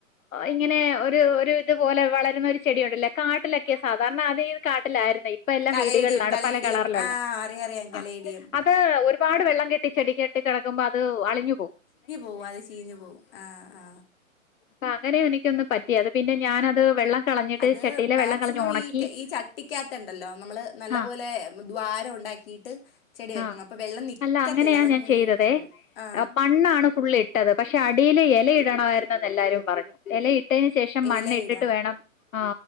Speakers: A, on the left; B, on the left.
A: ഇങ്ങനെ ഒര്.. തു പോലെ വളരുന്ന ഒരു ചെടിയുണ്ടല്ലോ കാട്ടിലൊക്കെ സാദാരണ ആദ്യം കാട്ടിലാണ് ഇപ്പ എല്ലാം
B: കലേഡിയം
A: വീടുകളിലാണ്
B: കലേഡിയം
A: പല കളറിലുള്ള
B: ആഹ് അറിയാം അറിയാം
A: ആ
B: കലേഡിയം
A: അത് ഒരുപാട് വെള്ളം കെട്ടി ചെടിക്ക് കിടക്കുമ്പോ അത് അളിഞ്ഞു പോവും
B: ഓ അത് ചീഞ്ഞു പോകും ആ ആ
A: അപ്പ അങ്ങനെയ എനിക്കൊന്ന് പറ്റി അത് പിന്നെ ഞാനത് വെള്ളം കളഞ്ഞിട്ട്
B: അത്
A: ചട്ടിയിലെ
B: മാക്സിമം
A: വെള്ളം കളഞ്ഞ് ഉണക്കി
B: ഈ ഈ ചട്ടിക്കാത്തുണ്ടല്ലോ നമ്മള് നല്ല
A: ആ
B: പോലെ ദ്വാരം ഉണ്ട ക്കിയിട്ട് ചെടി വെക്കണം
A: ആ
B: അപ്പൊ വെള്ളം നിക്കത്തില്ല
A: അല്ല അങ്ങനെയാ
B: അതങ്ങ്
A: ഞാൻ ചെയ്തതേ
B: ഊർന്നു പോവും ആ
A: മണ്ണാണ് ഫുള്ള് ഇട്ടത് പക്ഷെ അടിയിൽ ഇലയിടണമായിരുന്നുന്ന് എല്ലാരും പറഞ്ഞു ഇലയി ട്ടതിന് ശേഷം മണ്ണ്
B: എലയിടാ
A: ഇട്ടിട്ട് വേണം ആ